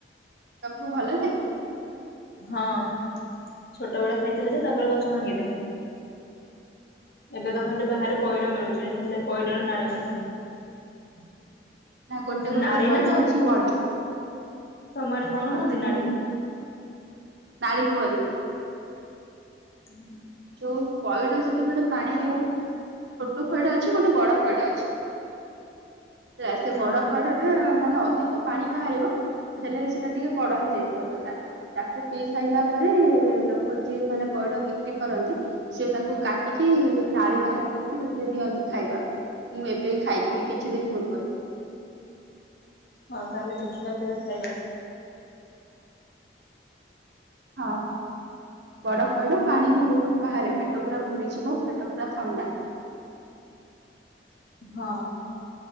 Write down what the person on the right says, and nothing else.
ତମକୁ ଭଲ ଲାଗେ?
ନା ଗୋଟେ ଗୋଟେ
ପଇଡ
ଅଛି ବଡ,
ହଁ ତାକୁ
ନାଳୀ କୁହନ୍ତି ।
ଯୋଉ ପଇଡ଼ ଯେତେବେଳେ ପାଣି ଦିଅନ୍ତି, ଗୋଟେ ଛୋଟ ପଇଡ଼ ଅଛି ଗୋଟେ ବଡ ପଇଡ଼ ଅଛି। ହେଲା, ସେ
ବଡ ପଇଠ ଟା ମାନେ ଅଧିକ ପାଣି ବାହାରିବ। ହେଲେ ସେଟା ଟିକେ ବଡ ହେଇଯାଇଥିବ ଯୋଉଟା ତା ପିଇ ସାରିଲା ପରେ, ଲୋକ ଯିଏ ମାନେ ପଇଡ ବିକ୍ରି କରନ୍ତି ସେ ତାକୁ କାଟିକି ନାଳି ବାହାର କରିକି ସେଥିରେ ଦିଅନ୍ତି ଖାଇବାକୁ ମୁଁ ଏବେ ଖାଇଥିଲି କିଛି ଦିନି ପୁର୍ବୁରୁ।
ହଁ ବଡ଼ ପଇଡ଼ ପାଣି ବି ବହୁତ୍ ବାହାରେ ପେଟ ପୁରା ପୁରିଯିବ ପେଟ ପୁରା ଥଣ୍ଡା।